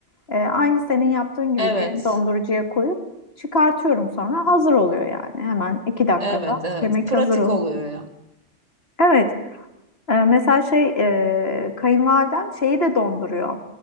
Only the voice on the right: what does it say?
Evet,
evet, evet.
Pratik
oluyor ya.